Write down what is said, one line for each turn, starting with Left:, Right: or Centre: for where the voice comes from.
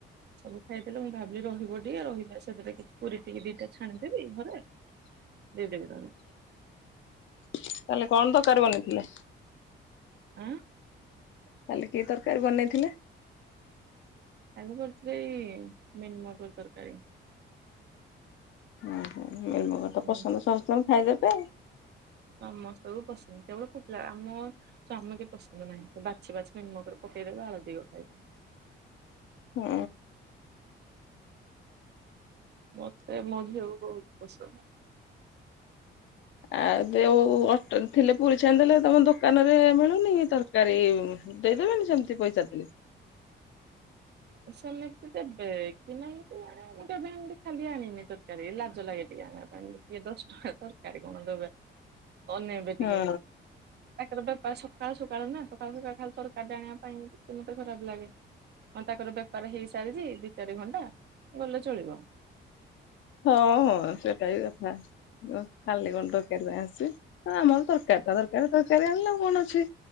Right: ସବୁ। ଖାଇଦେଲେ ମୁଁ ଭାବିଲି ରହିବ ଟିକେ ରହିଲେ ସେଥି କିଛି ପୁରୀ ଦି ଦି ଟା ଛାଣିଦେବି ଘରେ ଦେଇଦେବି ତାକୁ।
Left: ତାହଲେ କଣ ଦରକାର ବନେଇଥିଲେ।
Right: ଆଁ
Left: କାଲି କି ତରକାରୀ ବନେଇଥିଲେ?
Right: ଆମ କରିିଥିଲି ମିନ ମକର ତରକାରୀ।
Left: ଓହୋ ମିଲମିଗର ତ
Right: ମିଲ୍
Left: ପସନ୍ଦ ସମସ୍ତେଙ୍କୁ ଖାଇଦେବେ ଆଉ।
Right: ସମସ୍ତଙ୍କୁୁ ପସନ୍ଦ କେବଳ ପିଲା ଆମ ତ ଆମେ କେଁ ପସନ୍ଦ ନାହିଁ ବାଛି ବାଛି ମୋ କରକୁ ପକେଇଦେବେ ଆଳୁ ତିକ ଖାଇବେ
Left: ହୁଁ।
Right: ମୋତେ ମୋ ଝିଅକୁ ବହୁତ ପସନ୍ଦ।
Left: ଆଉ ଯୋଉ ଅଟା ଥିଲେ ପୁରୀ ଛାଣି ଦେଲେ ତମ ଦୋକାନ ରେ ମିଳୁନି ତରକାରୀ ଦେଇଦେବେନି ସେମିତି ପଇସା ଦେଲି
Right: ସମୟ ସେ ଦେବ କି ନାହିବେ ନାହି କେଇଜାଣି ଦେବେ ନି ବୋଲି ଖାଲି ଆଣିନି ତରକାରୀ ଲାଜ ଲାଗେ ଟିକେ ଆଣି ବା ପାଇଁ ଇଏ ଦଶ ଟଙ୍କା ରେ ତରକାରୀ କଣ ଦେବେ ଅନେଇବେ
Left: ହଁ
Right: ଟିକେ ତାଙ୍କର ବେପାର ସକାଳୁ ସକାଳୁ ନା ସକାଳୁରୁ ସକାଳୁ ଖାଲି ତରକାରୀ ଆଣିବା ପାଇଁ ମୋତେ ଖରାପ ଲାଗେ। ହଁ ତାଙ୍କର ବେପାର ହେଇସାରିଛି ଦୁଇ ଚାରି ଘଣ୍ଟା ଗଲେ ଚଳିବ
Left: ହଁ ହଁ ସେଟା ବି କଥା। ହଁ ଖାଲି କଣ ତରକାରୀ ପାଇଁ ଆସିଚି ହଁ ଆମର ତରକାରୀ ଟା ଦରକାର ତରକାରୀ ଆଣିଲେ ଆଉ କଣ ଅଛି।